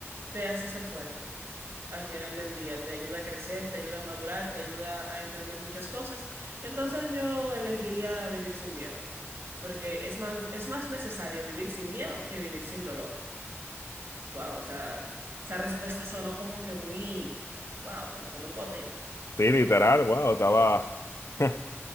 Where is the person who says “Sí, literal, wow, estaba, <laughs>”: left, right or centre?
Left